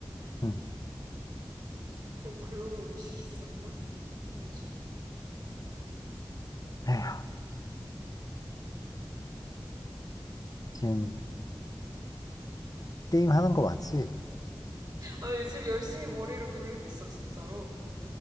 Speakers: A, on the left; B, on the right.
A: 응.
B: 그런 글로벌 음식이 있었나? 뭐지? 음,
A: 에휴, 지금 게임 하는 거 맞지?
B: 아, 요즘 열심히 머리를 굴리고 있어, 진짜로.